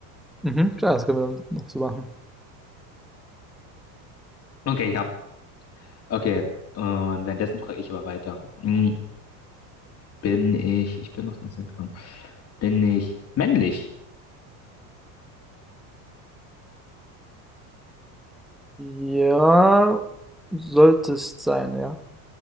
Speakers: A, in the centre; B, on the left (about 30°).
A: Mhm, klar, das können wir noch so machen.
B: Okay, ich hab. Okay, und währenddessen frage ich aber weiter. Hm, Bin ich, ich bin aus einer Sitcom. Bin ich männlich?
A: Ja, sollte es sein, ja.